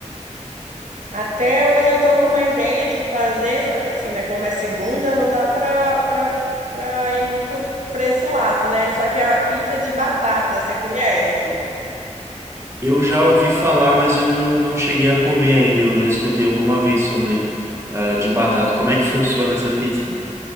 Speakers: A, on the right; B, on the right.
A: Até hoje eu tô com uma ideia de fazer, só que assim, né? Como é segunda, não dá pra, pra, pra ir muito pra esse lado, né? Só que é a pizza de batata, você conhece?
B: Eu já ouvi falar, mas eu não, não cheguei a comer ainda. Eu já escutei alguma vez sobre ah, de batata. Como é que funciona essa pizza?